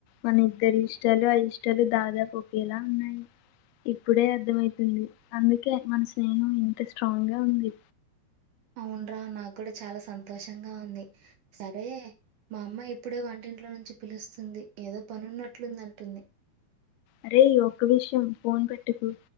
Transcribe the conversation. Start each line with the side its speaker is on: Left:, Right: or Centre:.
Left: మన ఇద్దరి ఇష్టాలు అయిష్టాలు దాదాపు ఒకేలా ఉన్నాయి ఇప్పుడే అర్థమయితుంది అందుకే మన స్నేహం ఇంత స్ట్రాంగ్ గా ఉంది
Right: అవున్రా నాకు కూడా చాలా సంతోషంగా ఉంది సరే మా అమ్మాయి ఇప్పుడే వంటింట్లో నుంచి పిలుస్తుంది ఏదో పని ఉన్నట్లుందంటుంది
Left: అరే ఒక్క విషయం ఫోన్ పెట్టకు